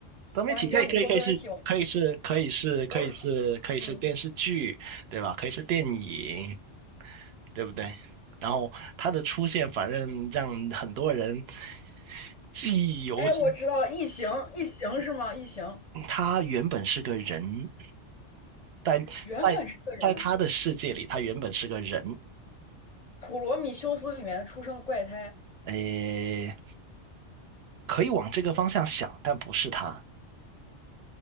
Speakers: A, on the right; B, on the left.
A: 多媒体可以可以可以是可以是可以是可以是可以是电视剧，
B: 哇！你知道你说多媒体，我我嗯，
A: 对吧？可以是电影，对不对？然后它的出现，反正让很多人记忆犹新。
B: 哎，我知道了，异形，异形是吗？异形
A: 他原本是个人，在在在他的世界里，
B: 原本是个人，
A: 他原本是个人，
B: 《普罗米修斯》里面出生的怪胎。
A: 诶，可以往这个方向想，但不是他。